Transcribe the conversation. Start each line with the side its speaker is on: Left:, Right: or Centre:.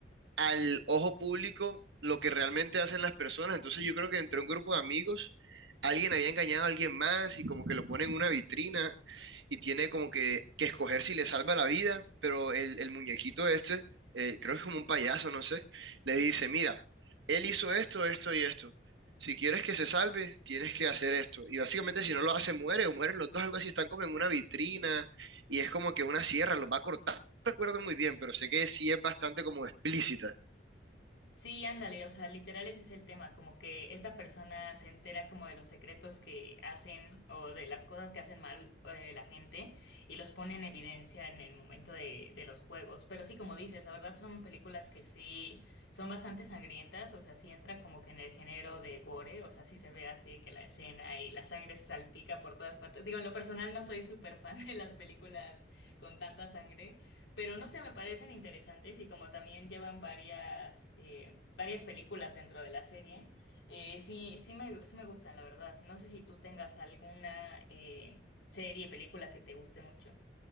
Right: al ojo público lo que realmente hacen las personas. Entonces yo creo que entre un grupo de amigos, alguien había engañado a alguien más y como que lo pone en una vitrina y tiene como que, que escoger si le salva la vida, pero el, el muñequito este, eh, creo que es como un payaso, no sé, le dice, mira, él hizo esto, esto y esto. Si quieres que se salve, tienes que hacer esto. Y básicamente si no lo hace, muere o mueren los dos, algo así, están como en una vitrina y es como que una sierra los va a cortar. No recuerdo muy bien, pero sé que sí es bastante como explícita.
Left: Sí, ándale, o sea, literal ese es el tema, como que esta persona se entera como de los secretos que hacen o de las cosas que hacen mal eh, la gente y los pone en evidencia en el momento de, de los juegos. Pero sí, como dices, la verdad son películas que sí son bastante sangrientas, o sea, sí entra como que en el género de gore, o sea, sí se ve así de que la escena y la sangre se salpica por todas partes. Digo, en lo personal no soy súper fan <laughs> de las películas con tanta sangre. Pero no sé, me parecen interesantes y como también llevan varias, eh, varias películas dentro de la serie, eh, sí, sí me, sí me gustan, la verdad. No sé si tú tengas alguna eh, serie, película que te guste mucho.